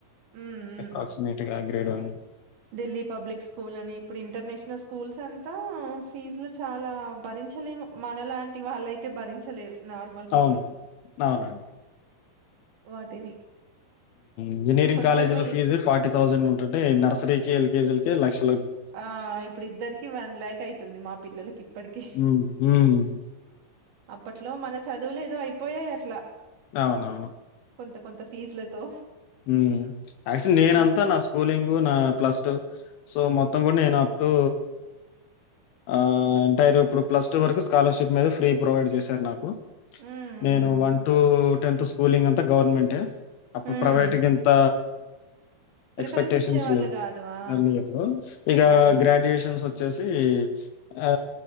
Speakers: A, on the right (about 65°); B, on the left (about 75°).
A: హ్మ్.
B: అప్రాక్సిమేట్
A: హ్మ్.
B: గా grade one
A: Delhi public school అని ఇప్పుడు ఇంటర్నేషనల్ స్కూల్స్ అంతా ఫీజులు చాలా భారి చ లేము మనలాంటి వాళ్ళ అయితే భరించలేరు నార్మల్ పీపుల్
B: అవును. అవునండి.
A: వాటిని
B: ఇంజనీరింగ్
A: కొంచెం
B: కాలేజీల
A: ఈ
B: ఫీజు ఫార్టీ థౌజండ్ ఉంటుంటె నర్సరీ ఎల్కేజీలికి లక్ష
A: ఆఇప్పుడు ఇద్దరికీ వన్ లాక్ అయితుంది మా పిల్లలకి ఇప్పటికీ
B: హ్మ్. హ్మ్.
A: అప్పట్లో మన చదువులు ఏదో అయిపోయాయి అట్లా
B: అవునవును
A: కొంత కొంత ఫీజులతో
B: హ్మ్మ్ యాక్చువల్ నేనంతా
A: పిల్ల
B: నా స్కూలింగ్ నా ప్లస్ టు సో మొత్తం కూడా నేను అప్ టు ఆ అంటె ఇప్పుడు ప్లస్ టూ వరకు స్కాలర్షిప్ మీద ఫ్రీ ప్రొవైడ్ చేశారు నాకు
A: హ్మ్.
B: నేను
A: హ్మ్.
B: వన్ టు టెన్త్ స్కూలింగ్ అంతా గవర్నమెంటె
A: హ్మ్.
B: ప్రైవేట్ గింత
A: ప్రిఫరెన్స్
B: ఎక్స్పెక్టేషన్స్
A: ఇచ్చేవాళ్ళు
B: లేవు
A: గాదు. ఆ!
B: నా మీద అప్పుడు ఇక
A: అవును.
B: అ గ్రాడ్యుయేషన్స్ వచ్చేసి ఆ